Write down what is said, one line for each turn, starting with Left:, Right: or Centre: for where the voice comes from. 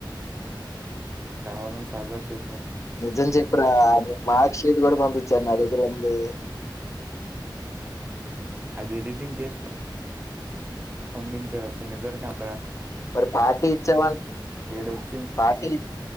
Right: వాళ్ళు కావాలని సరదా చెప్పిండు
Left: నిజం చెప్పరా మార్క్ షీట్ కూడా పంపించారు నా దగ్గర ఉంది
Right: అది ఎడిటింగ్ చేసుకో పంపించారు అసలు నిజం స్కాం
Left: మరి పార్టీ ఇచ్చావా
Right: ఏడొచ్చింది
Left: పార్టీ